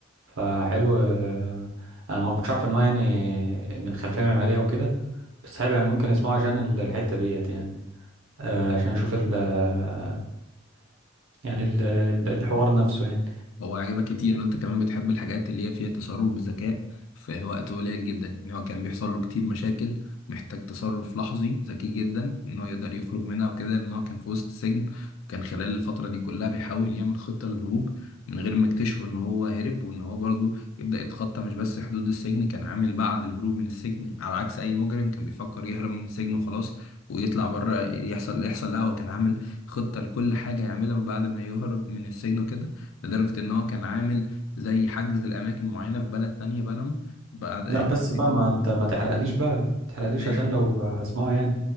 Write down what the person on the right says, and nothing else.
فحلو آه، انا ما كنتش عارف ان هو يعني من خلفيه معماريه وكده بس حلو يعني ممكن اسمعه عشان ال- الحته ديت يعني أه عشان اشوف ال آه، يعني ال الحوار نفسه يعني
لا بس بقى
ما ت- ما تحرقليش بقى ما تحرقليش
عشان لو هسمعه يعني